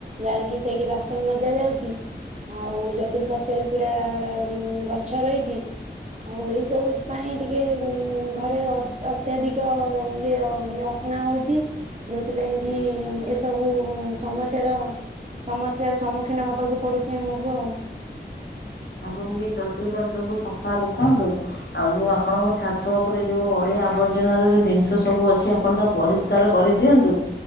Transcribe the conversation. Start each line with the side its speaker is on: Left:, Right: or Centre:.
Right: ଯାହାରେ କିି ସେଇଡି ବାସନ ମଜା ଯାଉଚି। ଆଉ ଚତୁର୍ପାଶ୍ୱରେ ପୁରା ଗଛ ରଇଚି। ମୁଁ ଏଇସବୁ ପାଇଁ ଟିକେ ଘରେ ଅତ ଅତ୍ୟଧିକ ଇଅ ଅସ ନା ଉଚି। ଯୋଉଥିପାଇଁ କି ଏସବୁ ସମସ୍ୟାର ସମସ୍ୟାର ସମ୍ମୁଖୀନ ହବାକୁ ପଡୁଚି ଆମକୁ ଆଉ।
Left: ଆପଣ ଟିକେ ଚତୃପାଶ୍ୱକୁ ସଫା ରଖନ୍ତୁ। ଆଉ ଯୋଉ ଆପଣଙ୍କ ଛାତ ଉପରେ ଯୋଉ ଅଳିଆ ଆବର୍ଜନା ର ଯୋଉ ଜିନିଷ ସବୁ ଅଛି ଜେ ଆପଣ ତାକୁ ପରିଷ୍କାର କରିଦିଅନ୍ତୁ।